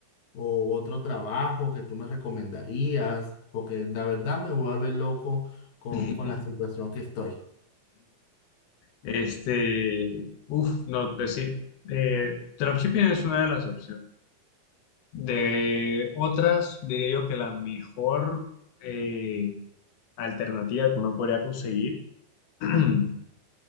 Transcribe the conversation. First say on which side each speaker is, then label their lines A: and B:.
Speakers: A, on the left; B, on the left.
A: o otro trabajo que tú me recomendarías, porque la verdad me vuelve loco con,
B: <laughs>
A: con la situación que estoy.
B: Este, uff, no, decir, eh, dropshipping es una de las opciones De otras, diría yo que la mejor eh, alternativa que uno podría conseguir, <clears throat>